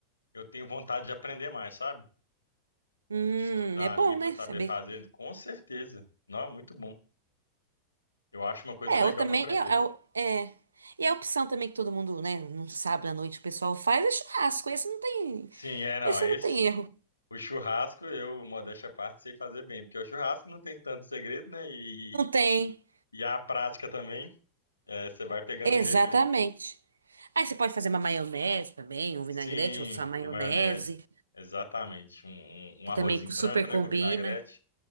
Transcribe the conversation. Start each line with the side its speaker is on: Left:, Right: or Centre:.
Left: Eu tenho vontade de aprender mais, sabe?
Right: hum,
Left: De estudar
Right: é bom,
Left: ali para
Right: né?
Left: saber
Right: Saber.
Left: fazer, com certeza. Não, é muito bom. Eu acho uma coisa
Right: É,
Left: legal
Right: ou também
Left: para aprender.
Right: é, é, o- é. E é a opção também que todo mundo, né, num sábado à noite o pessoal faz é churrasco. Esse não tem,
Left: Sim, é, não,
Right: esse
Left: esse.
Right: não tem erro.
Left: O churrasco, eu, modéstia à parte, sei fazer bem, porque o churrasco não tem tanto segredo, né? E,
Right: Não tem.
Left: e, e a prática também, é, você vai pegando
Right: Exatamente.
Left: o jeito ali.
Right: Aí você pode fazer uma maionese também, um vinagrete
Left: Sim,
Right: ou só maionese,
Left: a maionese, exatamente. Um, um, um
Right: que
Left: arrozinho
Right: também super
Left: branco, né,
Right: combina.
Left: com vinagrete.